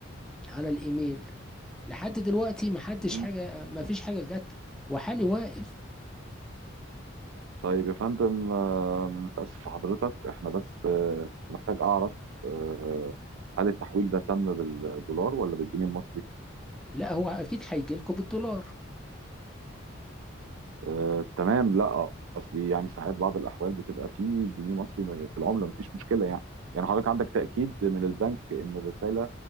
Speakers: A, in the centre; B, on the right (about 75°).
A: على الايميل لحد دلوقتي ما حدش
B: مم.
A: حاجه ما فيش حاجه جت وحالي واقف
B: طيب يا فندم آه، متأسف في حضرتك إحنا بس آه، كنت محتاج أعرف آه، هل التحويل ده تم بالدولار ولا بالجنيه المصري؟
A: لا هو اكيد هيجي لكم بالدولار
B: آه، تمام لا قصدي يعني ساعات بعض الأحوال بتبقى فيه جنيه مصري م- في العملة مفيش مشكلة يعني يعني حضرتك عندك تأكيد من البنك إن الرسالة